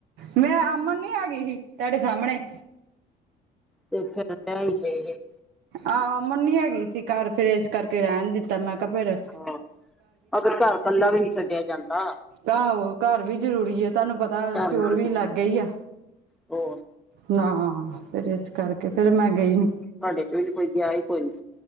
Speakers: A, on the right; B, in the centre.
A: ਮੈਂ ਅਮਨ ਨੀ ਹੈਗੀ ਸੀ, ਤੁਹਾਡੇ ਸਾਹਮਣੇ।
B: ਤੇ ਫਿਰ ਲੈ ਈ ਗ‌ਏ ਹੈਗ
A: ਆਹੋ ਅਮਨ ਨੀ ਹੈਗੀ ਸੀ ਘਰ, ਫੇਰ ਏਸ ਕਰਕੇ ਰਹਿਣ ਦਿੱਤਾ, ਮੈਂ ਕਿਆ ਫੇਰ
B: ਹਾਂ, ਅਗਰ ਘਾਰ ਕੱਲਾ ਵੀ ਨੀ ਛੱਡੇਆ ਜਾਂਦਾ।
A: ਆਹੋ ਘਰ ਵੀ ਜ਼ਰੂਰੀ ਆ, ਤੁਹਾਨੂੰ ਪਤਾ
B: ਘਰ
A: ਚੋਰ
B: ਵਿੱਚ
A: ਵੀ
B: ਜ
A: ਲਾਗੇ ਹੀ ਆ।
B: ਉਹ
A: ਨਾ ਫੇਰ ਇਸ ਕਰਕੇ, ਫੇਰ ਮੈਂ ਗਈ ਨੀ।
B: ਤਾਡੇ ਚ ਵੀ ਕੋਈ ਗਿਆ ਹੀ ਕੋਈ ਨੀ